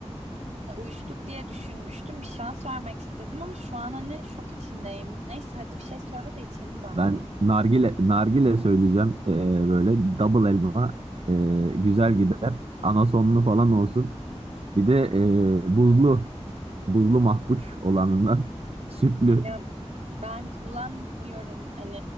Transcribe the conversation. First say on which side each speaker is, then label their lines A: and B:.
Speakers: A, on the right; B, on the right.
A: e, uyuştuk diye düşünmüştüm. Bir şans vermek istedim ama şu an hani şok içindeyim. Neyse hadi bir şey söyle de içelim bari.
B: ben nargile nargile söyleyeceğim. Ee, böyle double elma ee, güzel gider. Anasonlu falan olsun. Bir de e, buzlu buzlu mahpuç olanından <laughs> sütlü.
A: Ya ben kullanmıyorum hani